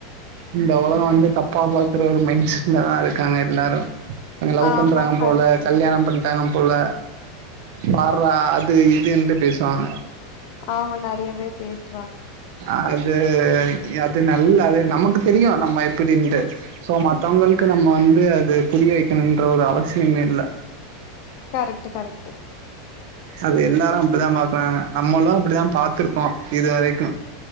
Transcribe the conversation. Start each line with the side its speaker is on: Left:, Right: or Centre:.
Right: இந்த ஒலகோ வந்து தப்பா பாக்கற ஒரு மைண்ட்செட்லதா இருக்காங்க எல்லாரு. அவுங்க லவ்
Left: ஆமா
Right: பண்றாங்க
Left: கரெக்ட்டு
Right: போல கல்யாணம்
Left: தா
Right: பண்ணிட்டாங்க போல பார்றா அது இதுன்ட்டு பேசுவாங்க.
Left: ஆமா நெறையவே பேசு
Right: ஆ அது ஆ அது நல்ல அது நமக்கு தெரியு நம்ம எப்படின்ட்டு சோ மத்தவங்களுக்கு நம்ம வந்து அது புரிய வைக்கணுன்ற ஒரு அவசியமே இல்ல.
Left: Correct correct.
Right: அது எல்லாரு அப்டிதா பாக்குறாங்க நம்மளு அப்டிதா பாத்துருக்கோ இதுவரைக்கு.